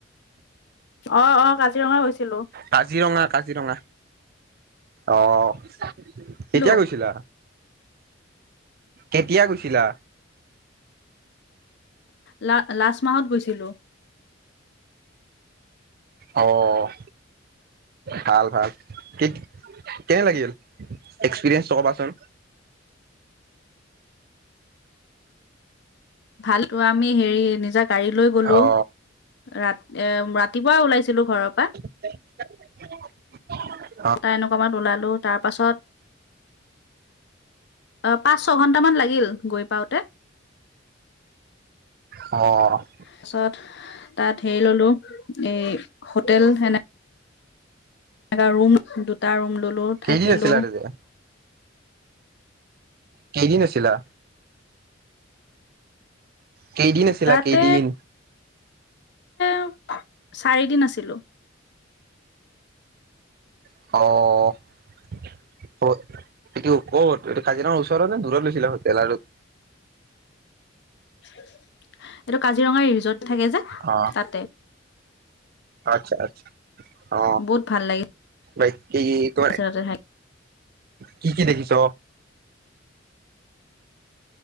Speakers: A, on the left; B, on the right.
A: অ', অ' কাজিৰঙা গৈছিলো।
B: কাজিৰঙা, কাজিৰঙা অ', অ'। কেতিয়া
A: লো
B: গৈছিলা, কেতিয়া গৈছিলা?
A: লা-লাষ্ট মাহত গৈছিলো।
B: অ', অ'। ভাল ভাল, কি কেনে লাগিল। এক্সপিৰিয়েঞ্চটো ক'বাচোন?
A: ভালটো আমি হেৰি, নিজা গাড়ী লৈ গ'লো।
B: অ
A: ৰাত, এ ৰাতিপুৱা ওলাইছিলো ঘৰৰ পৰা।
B: <unintelligible>
A: তা এনেকুৱা মানত ওলালোঁ, তাৰপাছত অ' পাঁচ-ছঘণ্টামান লাগিল, গৈ পাওঁতে।
B: অ', অ', অ'।
A: তাৰপাছত, তাত হেৰি ল'লো এই হোটেল সেনে এটা ৰুম দুটা ৰুম ললো। থাকিলো
B: কেইদিন আছিলা আৰু যে কেইদিন আছিলা? কেইদিন আছিলা
A: তাতে
B: কেইদিন?
A: অ চাৰিদিন আছিলো।
B: অ এইটো ক'ত এইটো কাজিৰঙাৰ ওচৰত নে দূৰ কত দেখিলো ট্ৰেইলাৰত
A: এইটো কাজিৰঙাৰ ৰিজৰ্ট থাকে যে
B: অ
A: তাতে
B: আচ্ছা আচ্ছা অ
A: বহুত ভাল লাগিছে
B: বাই কি কয়
A: তাতে থাকি
B: কি কি দেখিছ